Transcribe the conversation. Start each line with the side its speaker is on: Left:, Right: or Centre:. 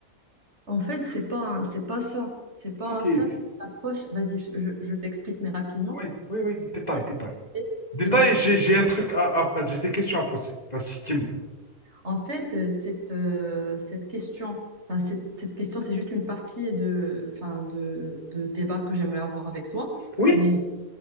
Right: En fait, c'est pas, c'est pas ça. C'est pas
Left: Ok. Oui,
Right: ça, c'est l'approche. Vas-y, je, je- je t'explique, mais rapidement.
Left: oui, oui, détail,
Right: Et-
Left: détail.
Right: et
Left: Détail,
Right: L'enfant.
Left: j'ai, j'ai un truc à, à- à- j'ai des questions à poser. Vas-y, dis-moi.
Right: En fait, euh, cette, euh, cette question, enfin, cette, cette question, c'est juste une partie de, enfin, de, de débat que j'aimerais avoir avec toi.
Left: Oui?
Right: Mais